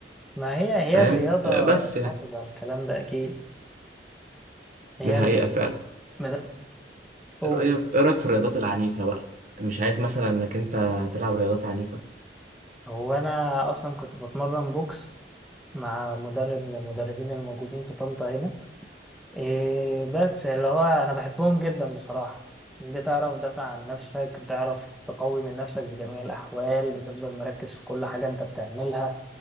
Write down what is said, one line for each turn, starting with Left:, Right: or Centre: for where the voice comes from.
Centre: ما هي هي
Right: فاهم
Centre: الرياضة
Right: آه، بس يعني
Centre: حافظ على الكلام ده اكيد هي
Right: دي حقيقة
Centre: اللي بت-
Right: فعلا
Centre: مدرب قول
Right: ايه رأيك ايه رأيك في الرياضات العنيفة بقى أنا مش عايز مثلا انك انت تلعب رياضات عنيفة
Centre: هو انا اصلا كنت بتمرن بوكس مع مدرب من المدربين الموجودين في طنطا هنا إيه بس اللي هو انا بحبهم جدا بصراحة بتعرف دافع عن نفسك بتعرف تقوي من نفسك بجميع الاحوال بتفضل مركز في كل حاجة انت بتعملها